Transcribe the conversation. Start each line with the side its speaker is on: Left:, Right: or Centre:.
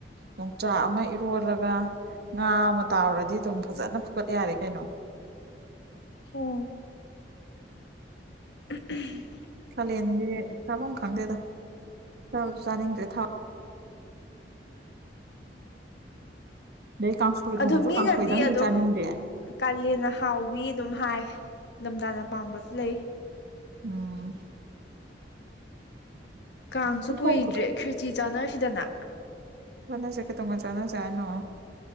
Right: ꯌꯣꯡꯆꯥꯛ ꯑꯃ ꯏꯔꯣꯜꯂꯒ ꯉꯥ ꯑꯃ ꯇꯥꯎꯔꯗꯤ ꯑꯗꯨꯝ ꯐꯖꯅ ꯐꯨꯒꯠ ꯌꯥꯔꯦ ꯀꯩꯅꯣ
Left: ꯑꯣ <unintelligible> <inaudible>
Right: ꯀꯥꯂꯦꯟꯗꯤ ꯆꯥꯐꯝ ꯈꯪꯗꯦꯗ ꯆꯥꯕꯁꯨ ꯆꯥꯅꯤꯡꯗ꯭ꯔꯦ ꯊꯥꯎ ꯑꯗꯩ ꯀꯥꯡꯁꯣꯏ
Left: ꯑꯗꯨ
Right: ꯊꯣꯡꯉꯁꯨ
Left: ꯃꯤꯅꯗꯤ
Right: ꯀꯥꯡꯁꯣꯏꯗꯪꯗꯤ
Left: ꯑꯗꯨꯝ
Right: ꯆꯥꯅꯤꯡꯗꯦ
Left: ꯀꯥꯂꯦꯟꯅ ꯍꯥꯎꯋꯤ ꯑꯗꯨꯝ ꯍꯥꯏ ꯅꯤꯡꯗꯝꯗꯥꯅ ꯄꯥꯝꯕꯁꯨ ꯂꯩ
Right: ꯎꯝ
Left: ꯀꯥꯡꯁꯨ
Right: ꯈꯨꯊꯣꯡ
Left: ꯀꯨꯏꯗ꯭ꯔꯦ ꯈꯦꯔꯆꯤ ꯆꯥꯟꯅꯁꯤꯗꯅ
Right: ꯆꯅꯁꯦ ꯀꯩꯇꯧꯉꯩ ꯆꯥꯅꯁꯦ ꯍꯥꯏꯅꯣ